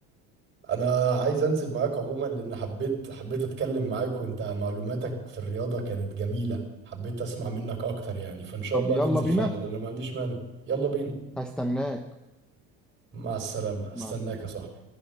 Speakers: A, on the right; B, in the centre.
A: انا عايز انزل معاك عموما لان حبيت حبيت اتكلم معاك وانت معلوماتك في الرياضة كانت جميلة حبيت اسمع منك اكتر يعني فان شاء
B: طب
A: الله
B: يلا
A: ننزل
B: بينا
A: فعلا انا ما عنديش مانع يلا بينا
B: هستناك
A: مع السلامة
B: مع
A: استناك
B: السلامه
A: يا صاحبي